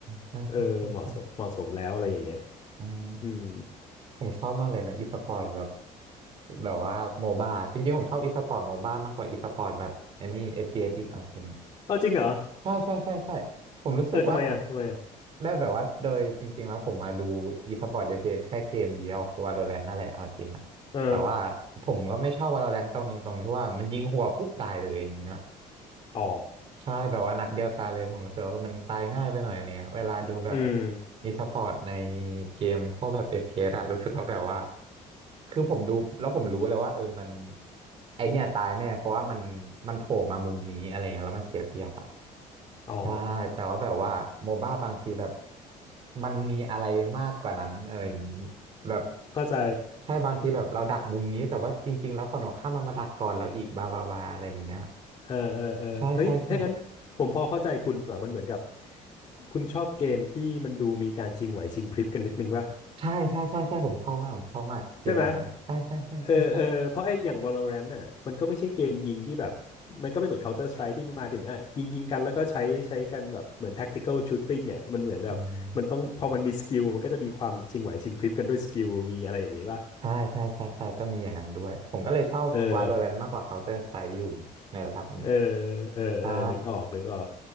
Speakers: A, on the right (about 40°); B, on the left (about 35°).
A: ใช่ใช่ใช่ใช่
B: เออเหมาะสมเหมาะสมแล้วอะไรอย่างเงี้ย
A: อืม
B: อืม
A: ผมชอบมากเลยนะอีสปอร์ตแบบแบบว่าโมบ้าจริงๆผมชอบอีสปอร์ตโมบ้ามากกว่าอีสปอร์ตแบบไอันนี้เอพ p s อสอีกเอาจริงอะ
B: เอาจริงเหรอ
A: ใช่ใช่ใช่ใช่ผมรู้สึกว่า
B: เออทำไมอ่ะทำไมอ่ะ
A: ได้แบบว่าโดยจริงๆแล้วผมมาดู e-sport เอพีสปอร์ต FPS แค่เกมเดียวคือ Valorant นั่นแหละเอาจริงอะแต่ว่า
B: เออ
A: ผมก็ไม่ชอบ Valorant ตรงนึงตรงที่ว่ามันยิงหัวปุ๊บตายเลยอย่างเงี้ย
B: อ๋อ
A: ใช่แบบว่านัดเดียวตายเลยผมรู้สึกว่าเออมันตายง่ายไปหน่อยอะไรเงี้ยเวลาดูแบบ
B: อืม
A: อีสปอร์ตในเกมพวกแบบ FPS อฟพีเอสอะรู้สึกว่าแบบว่าคือผมดูแล้วผมรู้เลยว่าเออมันไอเนี่ยตายแน่เพราะว่ามันมันโผล่มามุมนี้อะไรเงี้ยแล้วมันเสียเปรียบอะ
B: อ๋อ
A: ใช่แต่ว่าแบบว่าโมบ้าบางทีแบบมันมีอะไรมากกว่านั้นอะไรอย่างนี้แบบ
B: เข้าใจ
A: ใช่บางทีแบบเราดักมุมนี้แต่ว่าจริงๆแล้วฝั่งตรงข้ามมันมาดักก่อนแล้วอีกบาบาบาอะไรอย่างเงี้ย
B: เออเออเออเฮ้ยถ้างั้นผมพอเข้าใจคุณแบบมันเหมือนกับ
A: ใช่ใช่ใช่
B: คุณชอบเกมที่มันดูมีการชิงไหวชิงพริบกันนิดนึงป่ะ
A: ใช่ใช่ใช่ใช่ผมชอบมากผมชอบมากเกมแบบนั้นใช่ใช่ใช่ใช่ใช่
B: ใช่ไหมเออเออเพราะไอ้อย่าง Valorant น่ะมันก็ไม่ใช่เกมยิงที่แบบมันก็ไม่เหมือน Counter Strike ที่มาถึงอ่ะยิงยิงกันแล้วก็ใช้ใช้กันแบบเหมือน tactical shooting อ่ะมันเหมือนแบบมันต้องพอมันมีสกิลมันก็จะมีความชิงไหวชิงพริบกันด้วยสกิลมีอะไรอย่างงี้ป่ะ
A: อืมใช่ใช่ใช่ใช่ก็มีอย่างนั้นด้วยผมก็เลยชอบ
B: เออ
A: Valorant มากกว่า Counter Strike อยู่ในระดับหนึ่ง
B: เออเออเออนึกออกนึกออก
A: ใช่